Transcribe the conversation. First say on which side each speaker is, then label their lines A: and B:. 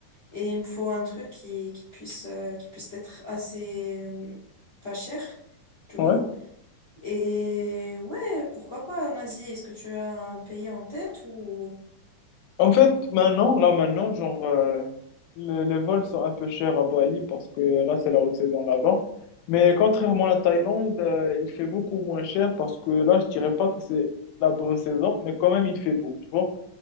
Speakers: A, on the left; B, on the left.
A: et il me faut un truc qui, qui puisse, euh, qui puisse être assez euh, pas cher, du
B: Ouais.
A: coup. Et ouais, pourquoi pas en Asie? Est-ce que tu as un pays en tête ou...
B: En fait, maintenant, là, maintenant, genre, euh, le- les vols sont un peu chers à Bali parce que là, c'est la haute saison là-bas. Mais contrairement à la Thaïlande, euh, il fait beaucoup moins cher parce que là, je dirais pas que c'est la bonne saison, mais quand même, il fait beau, tu vois.